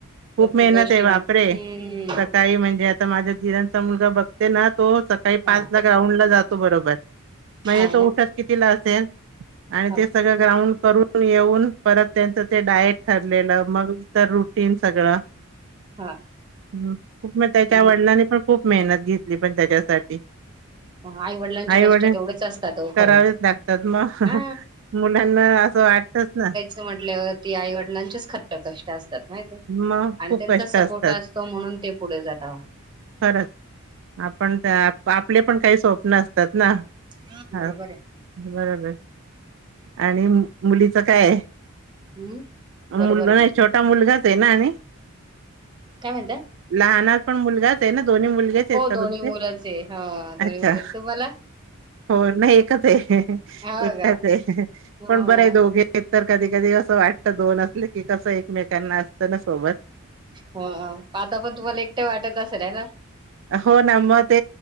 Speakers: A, on the right; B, on the right.
A: खूप
B: प्रत्येक
A: मेहनत
B: गोष्टी
A: आहे वापरे
B: म हम्म
A: सकाळी म्हणजे माझ्या जिर्यांचा मुलगा बघते ना तो काही पाच
B: हा
A: ला ग रााऊंड ला जातो बरोबर मग
B: हा
A: तो
B: ना
A: उठत किती ला असेल आणि
B: हा
A: ते सगळं ग्राउंड करून येऊन परत त्यांचं ते डायट ठरलेलं मग तर रुटीन सगळं
B: हा
A: ह खूप मग त्याच्या
B: नाही
A: वडिलांनी पण खूप मेहनत घेतली पण त्याच्यासाठी <inaudible>
B: आई वडिलांचे
A: आईवडील
B: कष्ट तेवढेच असतात हो
A: करावेच
B: खरंच
A: लागतात मग
B: हा
A: मुलांना असं वाट तेच ना
B: म्हट ती आईवडिलांचेच ख कष्ट असतात माहि
A: मग
B: आणि
A: खूप
B: त्यांचा
A: कष्ट
B: सपोर्ट
A: असतात
B: असतो म्हणून ते पुढे जाता
A: खरंच आपण आपले पण काही स्वप्न असतात ना
B: हम्म
A: ह
B: बरोबर आहे
A: बरोबर आणि मुलीच काय आहे
B: हम्म बरोबर
A: मुलग
B: आहे
A: नाही
B: ना
A: छोटा मुलगाच आहे ना आणि
B: काय म्हणत
A: लहणार पण मुलगाच आहे ना दोन्ही मुलगेच आहेत का
B: दोन्ही
A: तुमचे
B: मुलंच आहे हा दोन्ही
A: अच्छा
B: मुलं तुम्हाला
A: हो नाही एकच आहे
B: हो
A: एकट्याच
B: का ह
A: पण बरे आहे दोघे हे तर कधी कधी असं वाटत दोन असले की कसं एकमेकांना असतं ना सोबत
B: ह आता पण तुम्हाला एकट्या वाटत असेल आहे ना
A: हो ना मग ते